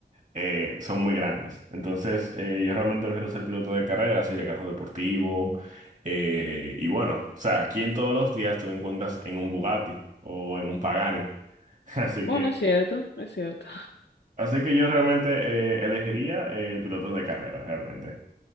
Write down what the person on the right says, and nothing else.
eh, son muy grandes. Entonces, eh, yo realmente prefiero ser piloto de carrera, así de carro deportivo. eh, y bueno, o sea, aquí en todos los días tú te encuentras en un Bugatti o en un Pagani. <laughs> Así
que,
así que yo realmente eh, elegiría eh, el piloto de carrera, realmente.